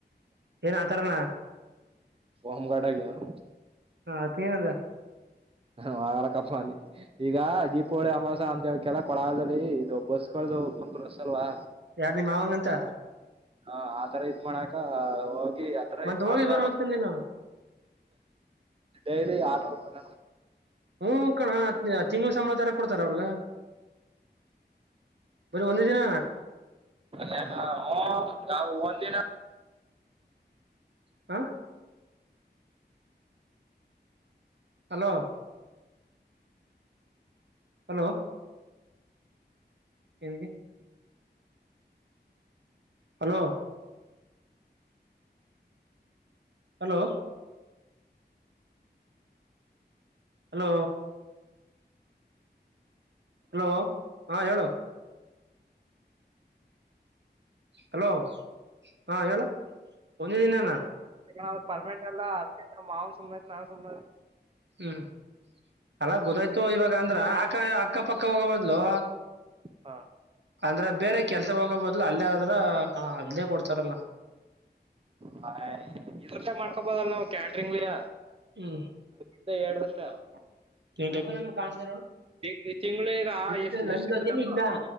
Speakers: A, on the right; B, on the right.
A: ಏನ್ ಆತರನ.
B: ಒಂಗಡಾಗ ಯಣ್.
A: ಹಾ ಆತ್ ಏನದ್.
B: ಹೂ ಹೊಳ್ಕ್ಕಪ್ಪ ಅಂದಿ ಈಗ ದೀಪೋಳಿ ಅಮಾಸ ಅಂತವ ಕೆಲ್ಲ ಕೊಳ್ಳಗಾಲ್ದಲ್ಲಿ ಇದು ಬಸ್ಗಳ್ದು ಫುಲ್ ರಸ್ಸ ಅಲ್ವಾ.
A: ಯಾರ್ ನಿನ್ ಮಾವಂಗಂತ.
B: ಹ ಆತರ ಇದ್ ಮಾಡಾಕ. <unintelligible> ಆತರ
A: ಮತ್
B: ಇದ್ ಮಾಡ್ರ
A: ಹೋಗಿ ಬರ್ಬೇಕ ನೀನು
B: ಡೈಲಿ ಆರ್ನೂರು ರೂಪಾಯ
A: ಹ್ಮ ಕಣ ತಿಂಗಳ ಸಂಂಬತ್ ತರ ಕೊಡ್ತಾರ ಅವ್ರಗ ಬರಿ ಒಂದು ದಿನ
B: ಅಲ್ಲ ಹ ಗಾವು ಒಂದಂದಿನ
A: ಹ ಹಲೋ ಹಲೋ ಏನುಗೆ hello hello hello. Hello hello ಹೇಳೋ. ಹಲೋ ಹಾ ಹೇಳ್. ಕೊನೆ ದಿನನಾ
B: ಇಲ್ಲ ಕಣಾ ಅದು ಪರ್ಮನೆಂಟ್ ಅಲ್ಲ ಅದ್ಕೆ ಸುಮ್ನಾಯ್ತ್ ನಾವು ಸುಮ್ನದ್ವಿ
A: ಹ್ಮ್ ಅಲಾ ಗೊತ್ತಾಯ್ತು ಇವಾಗ ಅಂದ್ರ ಆಕಾಯ ಅಕ್ಕ ಪಕ್ಕ ಹೋಗೋ ಬದ್ಲು
B: ಹಾ
A: ಅಂದ್ರ ಬೇರೆ ಕೆಲ್ಸ ಹೋಗಬಹದು ಇಲ್ಲ ಅಲ್ಲೇ ಆದ್ರ ಅದನೇ ಕೊಡ್ತಾರಲ್ಲ
B: ಹ ಇದ್ರಲ್ಲೇ ಮಾಡ್ಕೋಬಹುದು ಅಲ್ವಾ ನಾವು ಕ್ಯಾಂಟ್ರಿಂಗ್ಲಯ
A: ಹ್ಮ
B: ಇದೆ ಎರ್ಡ್ ವರ್ಷ
A: <unintelligible>
B: ತಿಂಗ್ ತಿಂಗಳು ಈಗ ಎಷ್ಟ್
A: ನಂಗದೇನ್
B: ಎಷ್ಟ್ ಸಿಕ್ಕುದಪ್ಪ
A: ಇಲ್ಲಾ